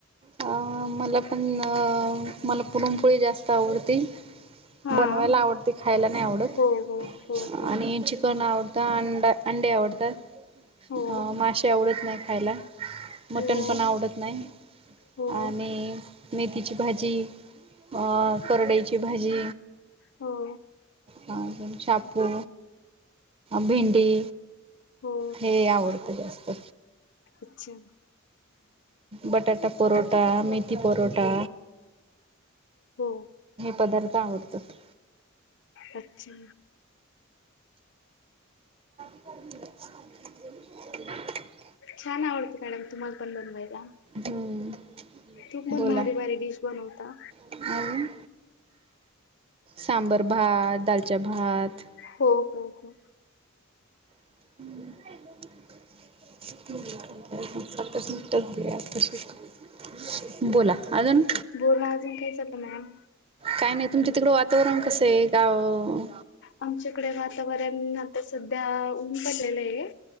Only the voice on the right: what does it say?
अ... मला पण अ.. मला पुरणपोळी जास्त आवडती.
बनवायला आवडती. खायला नाई आवडत
आणि चिकन आवडत. त अंड अंडे आवडतात.
अ.. माशे आवडत नाही खायला. मटण
पण आवडत नाही.
आणि मेथीची भाजी अ.. करडईची भाजी
अ.. शापू, भिंडी
हे आवडतं जास्त.
बटाटा परोटा मेथी परोटा.
पदार्थ आवडतात.
<unintelligible>
हम्म
बोला
अजून सांबर भात, दालच्या भात.
हम्. <unintelligible> <unintelligible> बोला. अजून?
काय नाई. तुमच्या तिकडं वातावरण कसं ए? गाव